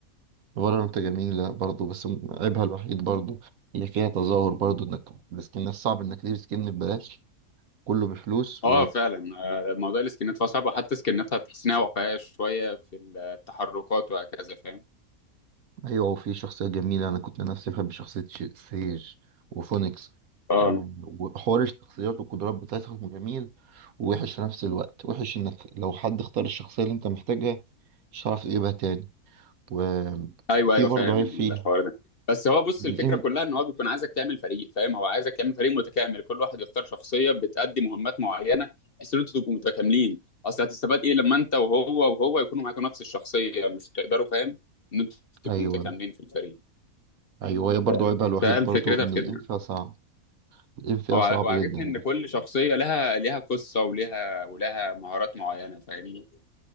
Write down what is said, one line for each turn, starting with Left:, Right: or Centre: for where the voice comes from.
Right: فالورانت جميلة برضو بس م- عيبها الوحيد برضو هي فيها تظاهر برضو انك السكنات صعب انك تجيب سكن ببلاش كله بفلوس
Left: اه فعلا آه، موضوع السكنات فصعب وحتى سكناتها تحس انها واقعيه شويه في التحركات وهكذا فاهم
Right: ايوه وفي شخصيه جميله انا كنت نفسي بحب شخصيه شي- سيج وفونيكس
Left: اه
Right: آه، وحوار الشخصيات والقدرات بتاعتهم جميل ووحش في نفس الوقت وحش انك لو حد اختار الشخصيه اللي انت محتاجها مش هتعرف تجيبها تاني وفي
Left: ايوه ايوه
Right: برضه
Left: فاهم
Right: عيب
Left: الحوار
Right: فيها
Left: ده بس هو بص
Right: الام
Left: الفكره كلها ان هو بيكون عايزك تعمل فريق فاهم هو عايزك تعمل فريق متكامل كل واحد يختار شخصيه بتأدي مهمات معينه بحيث ان انتوا تبقوا متكاملين اصل هتستفاد ايه لما انت وهو وهو يكونوا معاكم نفس الشخصيه مش هتقدروا فاهم ان انتوا تبقوا
Right: ايوه
Left: متكاملين في الفريق
Right: ايوه هي برضه
Left: فاهم
Right: عيبها الوحيد
Left: فهل
Right: برضه
Left: فكرتها
Right: ان
Left: في كده
Right: الام فيها صعب الام فيها
Left: وع-
Right: صعب
Left: وعاجبني
Right: جدا
Left: ان كل شخصيه لها لها قصه ولها ولها مهارات معينه فاهمني